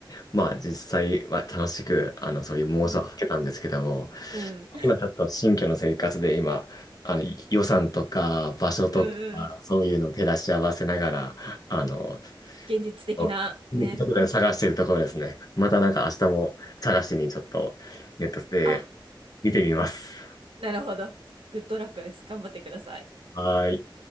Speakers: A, on the left (about 45°); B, on the right (about 85°).
A: まあ、実際は楽しく、あの、そういう妄想をかけたんですけども、
B: うん。うん。
A: 今ちょっと新居の生活で、今、あの、い予算とか、場所とか、
B: うんうんうん。
A: そういうのを照らし合わせながら、あの、
B: 現実的な、
A: そうところで探しているところですね。
B: ね。
A: またなんか明日も探しにちょっとネットで
B: あ、
A: 見てみます。
B: なるほど。グッドラックです。頑張ってください。
A: はーい。